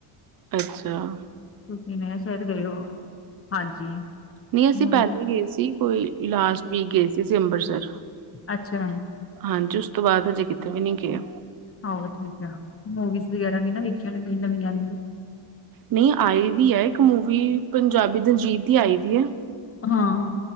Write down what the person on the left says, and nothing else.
ਤੁਸੀਂ ਮੈਂ ਕਿਹਾ ਸ਼ਹਿਦ ਗਏ ਹੋਵੋ। ਹਾਂਜੀ
ਮੂਵੀ
ਅੱਛਾ।
ਆਹੋ ਠੀਕ ਆ ਮੂਵੀਜ਼ ਵਗੈਰਾ ਨੇ ਨਾ ਵੇਖੀਆਂ ਨੇ ਨਵੀ ਆਂਈਆ।
ਹਾਂ